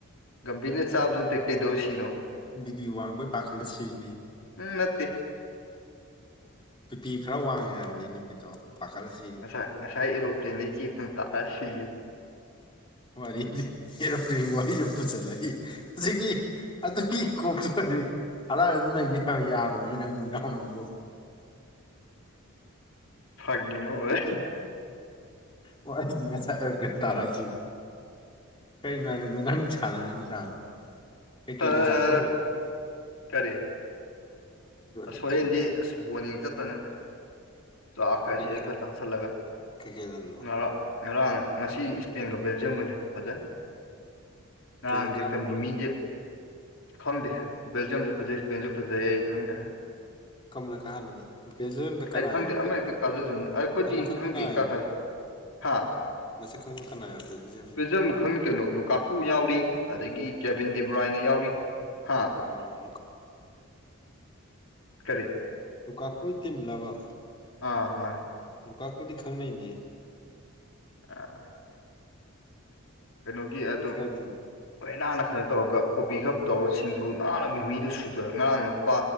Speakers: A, on the left (about 65°); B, on the left (about 20°).
A: ꯒꯝꯚꯤꯔꯅ ꯆꯥꯕꯖꯨ ꯅꯠꯇꯦ ꯀꯩꯗꯧ ꯁꯤꯅꯣ
B: ꯕꯤꯄꯤ ꯋꯥꯡꯕꯩ ꯄꯥꯈꯜꯗ ꯁꯤꯔꯤꯅꯤ
A: ꯎꯝ ꯅꯠꯇꯦ
B: ꯕꯤꯄꯤ ꯈꯔ ꯋꯥꯡꯉꯦ ꯍꯥꯏꯕꯅꯤ ꯅꯨꯄꯤꯗꯣ ꯄꯥꯈꯠꯂꯁꯤ
A: ꯉꯁꯥꯏ ꯉꯁꯥꯏ ꯑꯦꯔꯣꯄ꯭ꯂꯦꯟꯗꯒꯤ ꯆꯦꯛꯇꯨ ꯇꯥꯛꯑ ꯁꯤꯌꯨ
B: ꯋꯥꯔꯤꯗꯤ ꯑꯦꯔꯣꯄꯂꯦꯟꯒꯤ ꯋꯥꯔꯤꯁꯨ ꯄꯨꯁꯜꯂꯛꯏ ꯁꯤꯒꯤ ꯑꯗꯨꯒꯤ ꯀꯣꯛꯇꯗꯤ ꯑꯗꯥꯏꯗ ꯑꯗꯨꯝ ꯂꯩꯅꯤ ꯍꯥꯏꯕ ꯌꯥꯔꯣꯏꯕ ꯅꯪ ꯃ ꯏꯅꯥꯎ ꯅꯪꯕꯨ
A: ꯐꯥꯀꯤꯒꯤ ꯃꯥ ꯑꯣꯏ
B: ꯑꯣ ꯑꯩꯗꯤ ꯉꯁꯥꯏ ꯇꯥꯔꯛꯑꯁꯤ ꯀꯩꯅꯣ ꯍꯥꯏꯅꯤꯗꯣ ꯅꯪ ꯁꯥꯟꯅꯔꯤ ꯂꯤꯁꯥꯁꯦ ꯀꯩꯀꯩ
A: ꯑ
B: ꯒ ꯆꯥꯊꯗꯅ
A: ꯀꯔꯤ ꯁꯣꯔꯦꯟꯗꯤ
B: ꯉꯁꯤ
A: ꯕꯣꯅꯤꯡꯡ ꯆꯠꯇꯅ ꯆꯥꯛ ꯈꯔ
B: ꯀꯩꯀꯩ
A: ꯁꯤꯗꯩ ꯈꯔ ꯆꯥꯁꯜꯂꯒ
B: ꯀꯩꯀꯩ ꯂꯝꯅꯣ
A: ꯉꯔꯥꯡ ꯉꯔꯥꯡ ꯉꯁꯤ ꯏꯁꯄꯦꯟꯒ ꯕꯦꯜꯖꯤꯌꯝꯒ ꯂꯩ ꯐꯖꯩ ꯉꯔꯥꯡꯗꯤ
B: ꯀꯩꯅ ꯀꯥꯗꯧ
A: ꯍꯦꯛꯇ ꯃꯤꯃꯤꯁꯦ
B: ꯃꯥꯜꯂꯦ
A: ꯈꯪꯗꯦ ꯕꯖꯤꯝꯁꯨ ꯐꯖꯩꯖ ꯐꯖꯩ ꯑꯩ ꯈꯪꯗ
B: ꯀꯔꯝꯕꯅ ꯀꯥꯍꯟꯅꯤꯡꯉꯤ ꯕꯦꯜꯖꯤꯌꯝꯗ
A: ꯑꯩ
B: ꯀꯅꯥ
A: ꯈꯪꯗꯦ
B: ꯌꯥꯎꯒꯦ
A: ꯑꯃ ꯍꯦꯛꯇ ꯀꯥꯖꯁꯅ ꯑꯩ ꯑꯩꯈꯣꯏꯗꯤ
B: ꯃꯁꯛ ꯈꯪꯕ
A: ꯈꯪꯗꯦ
B: ꯀꯅꯥ
A: ꯀꯥꯈ꯭ꯔꯁꯤ
B: ꯌꯥꯎꯒꯦ
A: ꯍꯥꯥ
B: ꯃꯁꯛ ꯈꯪꯕ ꯀꯅꯥꯕꯗꯖ
A: ꯂꯖꯝ ꯈꯪꯉ ꯀꯩꯅꯣ ꯂꯨꯀꯥꯀꯨ ꯌꯥꯎꯔꯤ ꯑꯗꯒꯤ ꯀꯦꯕꯤꯟ ꯗꯤꯕ꯭ꯔꯥꯏꯅ ꯌꯥꯎꯔꯤ ꯍꯥ
B: ꯎ
A: ꯀꯔꯤ
B: ꯇꯨꯀꯥꯀꯨꯏ ꯇꯤꯝꯂꯕ
A: ꯑꯥ ꯃꯥꯅꯦ
B: ꯂꯨꯀꯥꯛꯄꯨꯗꯤ ꯈꯪꯅꯩꯅꯦ
A: ꯑꯥ ꯀꯩꯅꯣꯒꯤ ꯑꯗꯨꯝ
B: ꯐ꯭ꯔꯦꯟꯅꯤꯅꯦ
A: ꯈꯅꯥꯟꯅ ꯈꯔꯅ ꯇꯧꯔꯒ ꯀꯣꯕꯤ ꯀꯞ ꯇꯧꯔ ꯁꯤꯡꯖꯨ ꯅꯥꯟꯅ ꯃꯤꯃꯤꯗꯨ ꯁꯨꯗꯔ ꯉꯔꯥꯡ ꯂꯨꯄꯥ